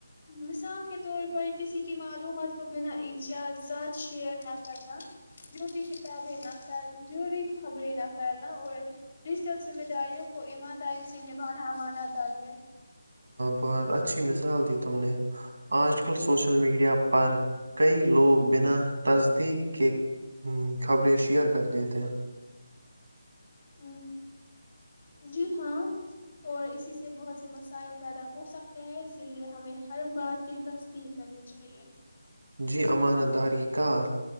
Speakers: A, on the left; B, on the right.
A: مثال کے طور پر کسی کی معلومات کو بنا اجہزاد شئیر نہ کرنا جوری کتابیں نہ پ جوری خبریں نہ پھیلنا اور ڈیجیٹل ذمہ داریوں کو ایمانداری سے نبھانا امانت داری ہے <unintelligible>
B: بہت اچھی مثال دی تم نے آج کل سوشل میڈیا پر کئی لوگ بنا تصدیق کے خبریں شیئر کر دیتےے
A: <inaudible> جی ہاں اور اسی سے بہت سے مسائل پیدا ہو سکتے ہیں اسی لیے ہمیں ہر بات کی تصدیق کرنی چاہیے <inaudible>
B: جی امانہ داری کا